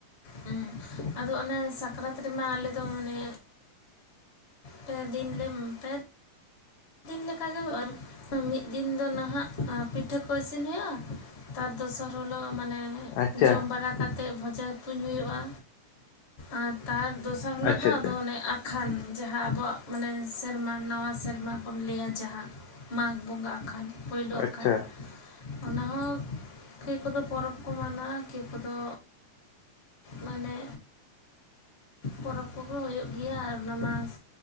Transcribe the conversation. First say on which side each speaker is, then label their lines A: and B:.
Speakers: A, on the left; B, on the left.
A: ᱦᱮᱸ ᱟᱫᱚ ᱚᱱᱮ ᱥᱟᱠᱨᱟᱛ ᱨᱮᱢᱟ ᱟᱞᱮ ᱫᱚ ᱢᱟᱱᱮ ᱯᱮ ᱫᱤᱱ ᱞᱮ ᱯᱮ ᱢᱤᱫᱤᱱ ᱞᱮᱠᱟᱜᱮ ᱦᱩᱭᱩᱜᱼᱟ ᱢᱤᱫ ᱫᱤᱱ ᱫᱚ ᱱᱟᱦᱟᱜ ᱯᱤᱴᱷᱟᱹ ᱠᱚ ᱤᱥᱤᱱ ᱦᱩᱭᱩᱜᱼᱟ, ᱛᱟᱨ ᱫᱚᱥᱟᱨ ᱦᱤᱞᱳᱜ ᱢᱟᱱᱮ
B: ᱟᱪᱪᱷᱟ
A: ᱡᱚᱢ ᱵᱟᱲᱟ ᱠᱟᱛᱮᱜ ᱵᱷᱚᱡᱟ ᱛᱩᱧ ᱦᱩᱭᱩᱜᱼᱟ, ᱟᱨ ᱛᱟᱨ ᱫᱚᱥᱟᱨ ᱦᱤᱞᱚᱜ
B: ᱟᱪᱪᱷᱟ
A: ᱫᱚ ᱟᱫᱚ
B: ᱟᱪᱪᱷᱟ
A: ᱚᱱᱮ ᱠᱷᱟᱱ ᱡᱟᱦᱟᱸ ᱟᱵᱚᱣᱟᱜ ᱢᱟᱱᱮ ᱥᱮᱨᱢᱟ ᱱᱟᱣᱟ ᱥᱮᱨᱢᱟ ᱵᱚᱱ ᱞᱟᱹᱭᱟ ᱡᱟᱦᱟᱸ ᱢᱟᱜᱽ ᱵᱚᱸᱜᱟ ᱟᱠᱟᱱ ᱯᱳᱭᱞᱳ ᱟᱠᱷᱟᱱ,
B: ᱟᱪᱪᱷᱟ
A: ᱚᱱᱟᱦᱚᱸ ᱠᱮ ᱠᱚᱫᱚ ᱯᱚᱨᱚᱵᱽ ᱠᱚ ᱢᱟᱱᱟᱣᱟ ᱠᱮ ᱠᱚᱫᱚ ᱢᱟᱱᱮ ᱯᱚᱨᱚᱵᱽ ᱠᱚᱜᱮ ᱦᱩᱭᱩᱜ ᱜᱮᱭᱟ ᱟᱨ ᱚᱱᱟ ᱢᱟᱥ